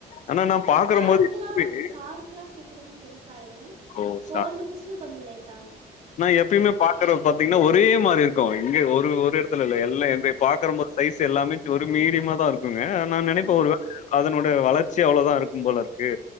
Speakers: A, on the left; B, on the right.
A: ஆனா நா பாக்குறம்
B: இ சார்க்குலா
A: போது எப்பயுமே-
B: சார்க் க்லா சீக்கிரமா பெருசாயிரு
A: ஓ
B: கோல்டு
A: சா
B: ஃபிஷு கொஞ்சொ லேட்டாகு
A: நா எப்பயுமே பாக்குறது பாத்தீங்கன்னா ஒரே மாரி இருக்கு இங்க ஒரு ஒரு எடத்துல இல்ல எல்லா ம்பே பாக்குறம்போ சைஸ் எல்லாமே ஒரு மீடியமாதா இருக்குங்க நா நெனைப்ப
B: ஆ
A: ஒரு வேல அதனோ ட வளர்ச்சி அவ்ளோதா இருக்கும் போல இருக்கு